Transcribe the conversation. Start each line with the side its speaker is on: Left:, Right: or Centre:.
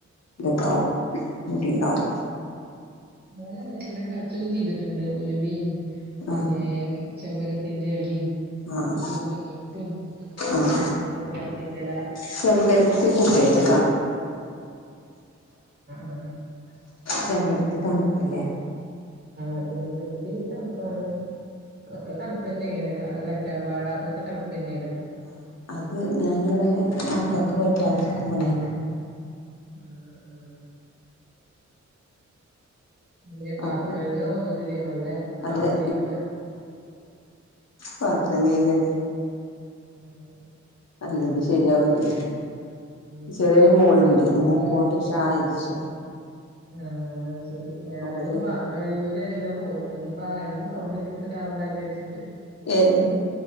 Left: ഇത്ണ്ടാവും മുടിയുണ്ടാവും
Right: ഞാന അങ്ങനെ എല്ലാ കാചൊക്കെ ചെയ്തിട്ടുണ്ട് ഉലവയും പിന്നെ
Left: ആഹ്
Right: ചെമ്പരത്തിന്റെ ഇലയും
Left: ആഹ്
Right: പൂവും മുട്ടും
Left: ആഹ്
Right: അതുപോലെ തുളസിന്റെ ഇല
Left: ചെമ്പരത്തി കൂട്ടരുത്
Right: ആഹ്
Left: ചെമ്പരത്തി തണുപ്പല്ലേ
Right: ആഹ് ചെമ്പരുത്തി തണുപ്പാണ് അതൊക്കെ തണുപ്പ തന്നെയാണ് കറ്റാർ വാഴ അതൊക്കെ തണുപ്പ് തന്നെയാണ്
Left: ആ അത് ഞാനിവിടെ മക്കൾക്ക് പറ്റാ നിൽക്കുമ്പോഴേ
Right: ആഹ് ആഹ് പിന്നെ പാത്രം
Left: <inaudible> അപ്പൊ
Right: കഴുക തോന്നുന്നുണ്ടില്ലേ നല്ല സൗണ്ട്
Left: അതെ
Right: കേക്കണ്
Left: പത്രം കായ്കാണ്
Right: ആഹ്
Left: അല്ലെങ്കി ശരിയാവുലെ
Right: ഉം
Left: ചെറിയൊരു മോളുണ്ട്
Right: ഞാനിപ്പവടെ
Left: മൂക്ക് കൊണ്ട് ക്ഷാ എയ്‌തിച്ചു
Right: ആഹ് അത് ശരി ഞാനും
Left: ഓള്
Right: പ ത്രം കഴുകുന്നെന്റെ ഇടെല ഫോൺ വെക്കണ ഇനി ഇപ്പോ അയിന്റെ സൗണ്ടേട്ടിട്ട് ഇതാവണ്ട വിചാരിച്ചിട്ട്
Left: ഏഹ്